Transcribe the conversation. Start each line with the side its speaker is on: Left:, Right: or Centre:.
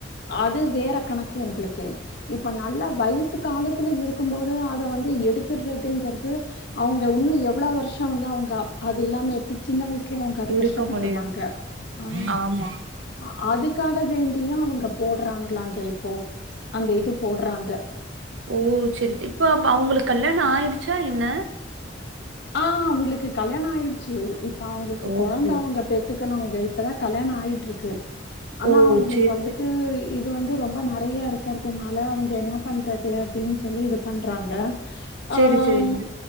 Left: அது வேற கணக்கு உங்குளுக்கு இப்ப நல்ல வயசு காலத்துல இருக்கும் போதே அத வந்து எடுத்துர்றதுங்றது அவுங்க உன்னு எவ்ளோ வர்ஷோ வந்து அவுங்க அப் அது இல்லாம எப்டி சின்ன வயசுலயே அவுங்க அது
Right: இருக்க
Left: கஷ்டப்பட்ருவாங்க
Right: முடியும்
Left: ஆ
Right: ஆமா
Left: அ அதுக்காக வேண்டியு அவுங்க போட்றாங்ளாங்க இப்போ அந்த இது போட்றாங்க
Right: ஓ சரி ச இப்போ ப அவுங்களுக்கு கல்யாண ஆயிடுச்சா என்ன
Left: ஆ அவுங்களுக்கு கல்யாண ஆய்டுச்சு இப்ப அவுங்களுக்கு
Right: ஓகே
Left: கொழந்த அவங்க பெத் துக்கணுங்க இப்பதா கல்யாண ஆய்ட்ருக்கு ஆனா
Right: ஓ
Left: அவுங்களுக்கு
Right: சரி
Left: வந்துட்டு
Right: சரி
Left: இது வந்து ரொம்ப நெறய இருக்கறதுனால அவுங்க என்ன பண்றது அப்டின் சொல்லி இது பண்றாங்க அம்
Right: சரி சரிங்க